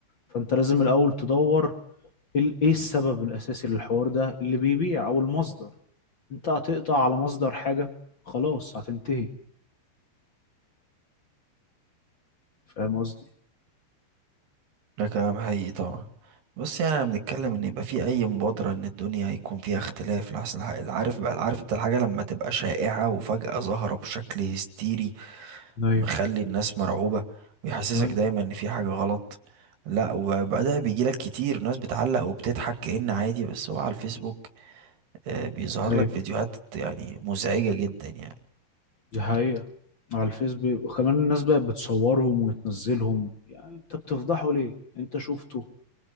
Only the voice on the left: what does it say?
فانت لازم الاول تدور ال- ايه السبب الاساسي للحوار ده اللي بيبيع او المصدر انت هتقطع على مصدر حاجة خلاص هتنتهي فاهم قصدي
ايوه
ايوه
ايوه
دي حقيقة على الفيس بي- وكمان الناس بقت بتصورهم وتنزلهم يعني انت بتفضحه ليه انت شفته